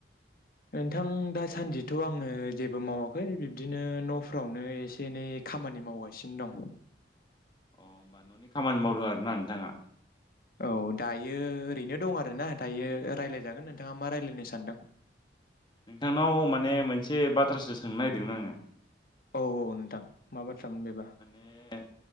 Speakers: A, on the left (about 50°); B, on the left (about 25°).
A: नोंथां दासान्दिथ आङो जेबो मावाखै बिब्दिनो नफ्रावनो एसे एनै खामानि मावगासिनो दं।
B: अ होमबा ननि खामानि मावदों आरो ना नोंथाङा?
A: औ दायो ओरैनो दं आरोना दायो रायलायजागोन नोंथाङा मा रायलायनो सानदों।
B: नोंथांनाव माने मोनसे बाथ्रासो सोंनो नागिरदोंमोन आङो।
A: औ नोंथां मा बाथ्रामोन बेबा
B: माने